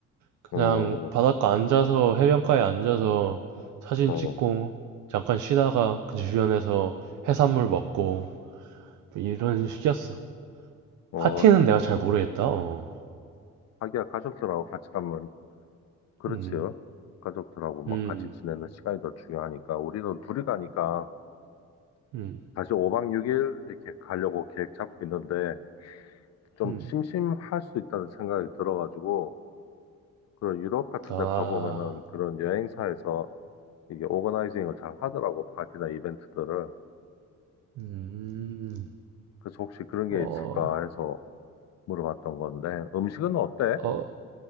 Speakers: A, on the right; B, on the left.
A: 그냥
B: 어,
A: 바닷가 앉아서, 해변가에 앉아서 사진
B: 어,
A: 찍고, 잠깐 쉬다가 그 주변에서 해산물 먹고, 뭐 이런 식이었어.
B: 어,
A: 파티는
B: 사-
A: 내가 잘 모르겠다, 어.
B: 자기야 가족들하고 같이 가면 그렇지.
A: 음,
B: 요 가족들하고 막
A: 음,
B: 같이 지내는 시간이 더 중요하니까 우리도 둘이 가니까
A: 음,
B: 다시 5박 6일 이렇게 가려고 계획 잡고 있는데 좀
A: 음.
B: 심심할 수 있다는 생각이 들어가지고 그런 유럽 같은
A: 아,
B: 데 가보면은 그런 여행사에서 이게 오거나이징을 잘 하더라고 파티나 이벤트들을
A: 음,
B: 그래서 혹시 그런 게
A: 어,
B: 있을까 해서 물어봤던 건데 음식은 어때?
A: 어,